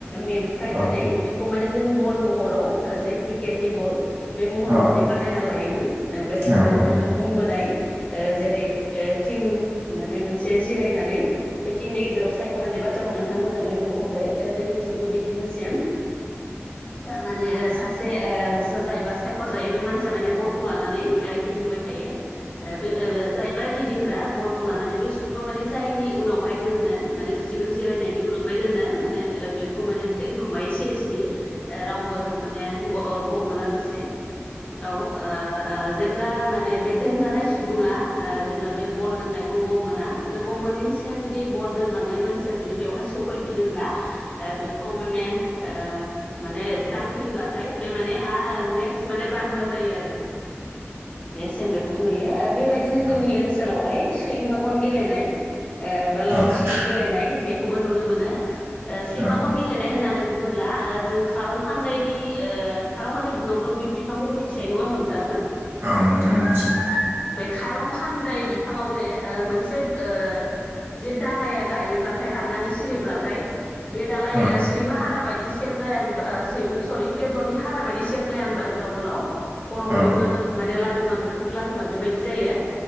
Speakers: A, on the left; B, on the right.
A: मेनफ्रायनानै
B: औ
A: बेखौ माने जों बल महराव जे क्रिकेटनि बल बे महराव
B: औ
A: माने बानायना लायोमोन बेबायदि
B: औ
A: नोंथांङा
B: औ
A: बुंबोनाय ओ जेरै टिम माने मोनसे जिरायनानै बे टिमनि गेजेराव सायख'नानै बा बाथ्राखौ नोंथांङा मोजांङैनो बख'बोबाय जोंनिथिंबो बिदिनो सेम माने सासे ओ जायोबा सायख' जायो बे मानसिया माने बरखौ लानानै गिदिंबाय थायो थायो बे जायबा गिदिंग्रा बलखौ लानानै बे सुबुं माने जायनि उनावहाय दोननो माने जिग जिरायनायनि उनावहाय दोननो माने बेखौ माने दोनखुमायो सिरि सिरि रावबो माने गम मोनाजसे औ ओ ओ जेब्ला माने बे दोनजानाय सुबुंङा ओ जेब्ला बे बल दोननायखौ गम मोना बे गम मोनैनि सिगां जुदि बल दोनलांनाय मानसिया जुदि बेवहाय सफै फिनोब्ला बेखौ माने ओ माने दांफैब्लाथाय बे माने नेक्स्ट माने बादुवा जायो आरो बे सेम बेखौबो नुयो बेबायदिनो
B: औ
A: जोंनि ओन सोलावहाय सैमागन गेलेनाय, बा लावथि
B: औ औ
A: गेलेनाय बेखौबो नुनो मोनो। ओ
B: औ
A: गे गेलेनाय होननानै बुंङोब्ला ओ जों खारंखान्दायनि ओ खारंखान्दाय बिखौबो बिफांखौ'थ' मिथिखायो नंङा होनबा नोंथांआबो?
B: औ नोंथां मिथिगौ।
A: खारं खान्दाय बिफांङाव दे ओ मोनसे ओ जे दानाया गायोब्लाथाय राननानै सिरियोब्लाथाय बे दालाय
B: औ
A: ओ सैमा हारा बायदि सेब जाया होनबा सरि बेदरनि हारा बायदि सेब जाया होनबा गोलाव गोलाव? खर'खैबो
B: औ
A: माने लादोमा बेखौबो लादोमा बेबायदि जायो